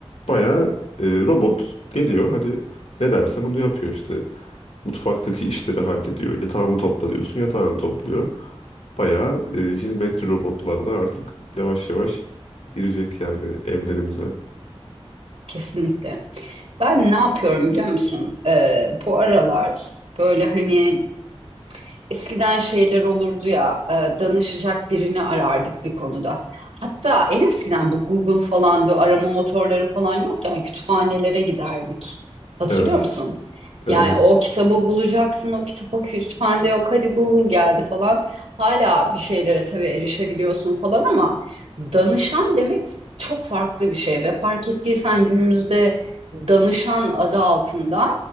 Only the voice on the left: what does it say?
Bayağı e, robot geliyor hani ne dersen onu yapıyor işte. Mutfaktaki işleri hallediyor. Yatağımı topla diyorsun yatağını topluyor. Bayağı e, hizmetçi robotlar da artık yavaş yavaş girecek yani evlerimize.
Evet,
evet,